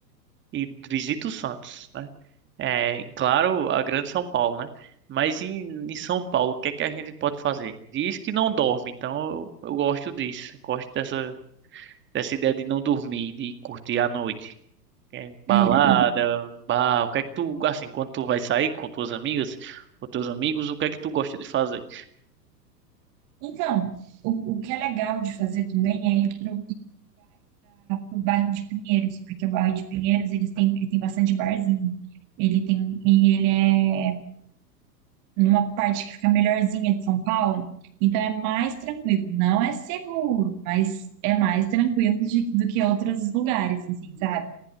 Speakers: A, on the right; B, on the right.
A: e visito Santos, né? É, claro, a grande São Paulo, né? Mas em, em São Paulo, o que é que a gente pode fazer? Diz que não dorme, então eu, eu gosto disso. Gosto dessa, dessa ideia de não dormir, de curtir a noite. É, balada,
B: É, não.
A: bar, o que é que tu, assim, quando tu vai sair com tuas amigas, com teus amigos, o que é que tu gosta de fazer?
B: Então, o, o que é legal de fazer também é ir para o bairro de Pinheiros, porque o bairro de Pinheiros eles têm, ele tem bastante barzinho. Ele tem, e ele é numa parte que fica melhorzinha de São Paulo, então é mais tranquilo. Não é seguro, mas é mais tranquilo de- do que outros lugares, assim, sabe?